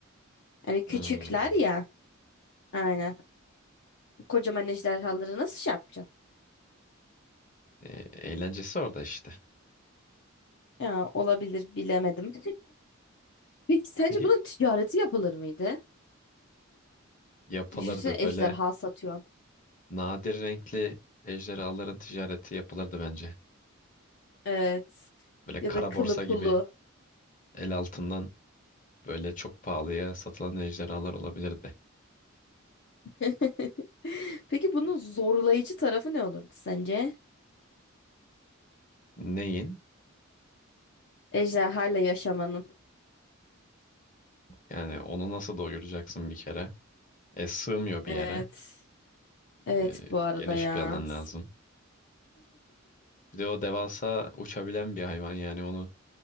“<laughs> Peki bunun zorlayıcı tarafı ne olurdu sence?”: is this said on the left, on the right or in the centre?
Left